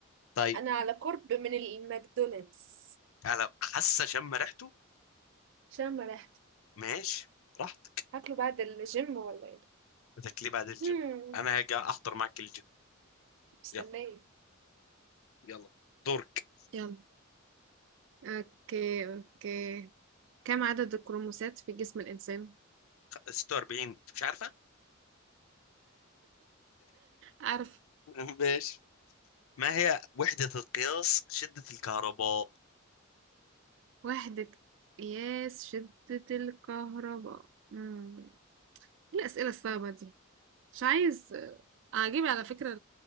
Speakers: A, on the left (about 75°); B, on the right (about 60°).
A: طيب
B: أنا على قرب من الماكدونالدز
A: انا حاسه شم ريحته
B: عشان ما رحت
A: ماشي براحتك
B: هاكله بعد الجيم ولا إيه
A: بدك ليه بعد الجيم
B: مم،
A: انا هاجي احضر معك الجيم
B: مستنية
A: يلا يلا دورك
B: يلا اوكي اوكي كم عدد الكروموسات في جسم الإنسان؟
A: 46 انت مش عارفه
B: أعرف
A: <laughs> ماشي ما هي وحدة القياس شدة الكهرباء
B: وحدة قياس شدة الكهرباء مم. إيه الأسئلة الصعبة دي مش عايز أجيب على فكرة